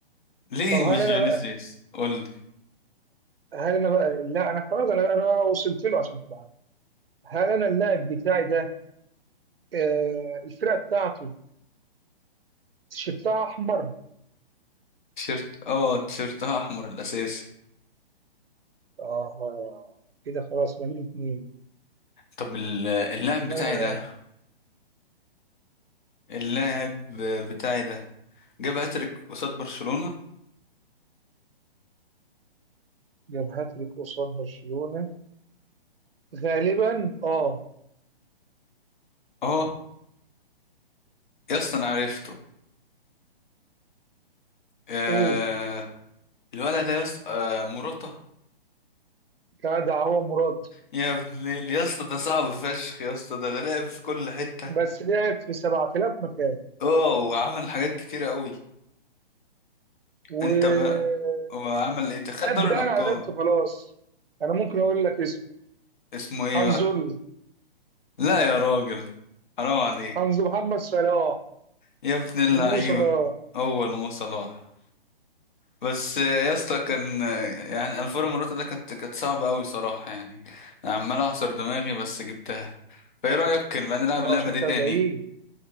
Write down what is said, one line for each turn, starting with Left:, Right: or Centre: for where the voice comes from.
Left: ليه
Right: طب هل
Left: مش
Right: انا
Left: فينيسيوس
Right: بقى
Left: قول لي
Right: هل انا بقى لا انا خلاص انا انا وصلت له عشان تبقى عارف. هل انا اللاعب بتاعي ده آه، الفرقه بتاعته تيشيرتها احمر
Left: تيشيرت اه تيشيرتها احمر الاساسي
Right: اه كده خلاص ما بين اتنين
Left: طب ال- اللاعب بتاعي
Right: انا
Left: ده اللاعب بتاعي ده جاب هاتريك قصاد برشلونة
Right: جاب هاتريك قصاد برشلونة غالبا اه
Left: اه يا اسطى انا عرفته آه
Right: قول
Left: الولد ده يا اسطى آه مراته
Right: كده هو مراد
Left: يا ابن ال- يا اسطى ده صعب فشخ يا اسطى ده ده لعب في كل حتة
Right: بس لعب في 7000 مكان
Left: اه وعمل حاجات كتيرة قوي
Right: واللعب
Left: انت ما وعمل ايه خد دوري
Right: ده
Left: الابطال
Right: انا عرفته خلاص انا ممكن اقول لك اسم
Left: اسمه ايه
Right: هنزل
Left: بقى لا يا راجل حرام عليك
Right: هنزل محمد صلاح
Left: يا ابن اللعيبة
Right: المو صلاح
Left: هو المو صلاح بس يا اسطى كان يعني الفورو موروتا ده كانت كانت صعبة قوي صراحة يعني انا عمال اعصر دماغي بس جبتها فايه رأيك كان بقى نلعب
Right: ما
Left: اللعبة
Right: هو عشان
Left: دي
Right: كان
Left: تاني
Right: بعيد